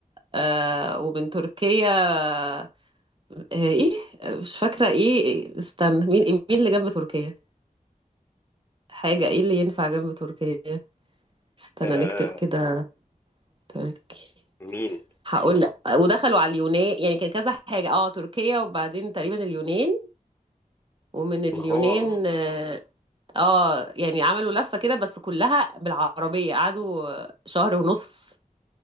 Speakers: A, on the right; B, on the left.
A: آه، ومن تركيا آه، ايه آه، مش فاكرة ايه إيه، استنى مين مين اللي جنب تركيا حاجة ايه اللي ينفع جنب تركيا استنى
B: آه
A: نكتب كده تركي
B: مين
A: هقول
B: استنى
A: لك ودخلوا على اليونان يعني كان كذا حاجة اه تركيا وبعدين تقريبا اليونان ومن اليونان
B: ما هو اه
A: اه آه، يعني عملوا لفة كده بس كلها بالعربية قعدوا آه، شهر ونص